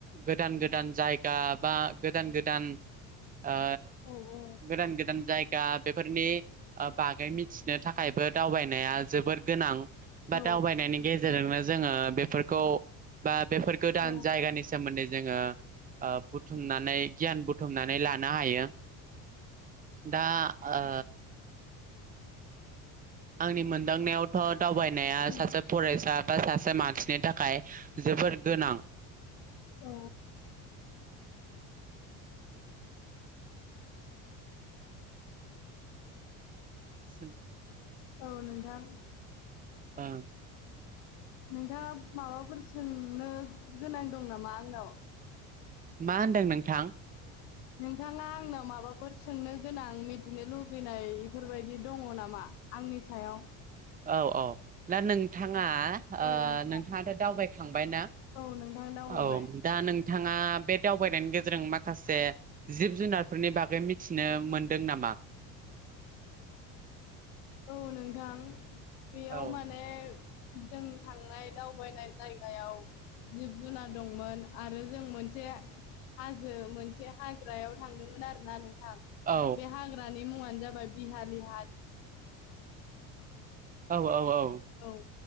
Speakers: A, on the right (about 20°); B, on the left (about 85°).
A: गोदान गोदान जायगा बा गोदान गोदान <inaudible> ओ
B: औ उम औ
A: गोदान गोदान जायगा बेफोरनि ओ बागै मिथिनो थाखाय बो दावबायनाया जोबोद गोनां बा
B: औ
A: दावबायनायनि गेजेरजोंनो जोङो बेफोरखौ बा बेफोर गोदान
B: औ
A: जायगानि सोमोन्दै जोङो ओ बुथुमनानै गियान बुथुमनानै लानो हायो। दा ओ आंनि मोनदांनायावथ' दावबायनाया
B: उम
A: सासे फरायसा बा सासे मानसिनि थाखाय जबोद गोनां।
B: औ
A: <inaudible>
B: औ नोंथां
A: ओं।
B: नोंथाङा माबाफोर सोंनो गोनां दं नामा आंनाव?
A: मा होनदों नोंथां?
B: नोंथाङा आंनाव माबाफोर सोंनो गोनां मिथिनो लुबैयो लगैनाय बेफोरबायदि दङ नामा आंनि सायाव?
A: औ औ दा नोंथाङा ओ
B: औ नोंथां
A: नोंथाङाथ' दावबायख- खांबायना?
B: औ नोंथां दावबायबाय
A: औ दा नों बिथाङा बे दावबायनायनि गेजेरजों माखासे जिब जुनारफोरनि बागै मिथिनो मोनदों नामा <inaudible>
B: औ नोंथां बेयाव
A: औ
B: माने जों थांनाय दावबायनाय जायगायाव जिब जुनार दंमोन आरो जों मोनसे हाजो मोनसे मोनसे हाग्रायाव थांदोंमोन आरोना नोंथां
A: औ
B: बे हाग्रानि मुङानो जाबाय बिहा लिहा हा-
A: औ औ औ
B: औ।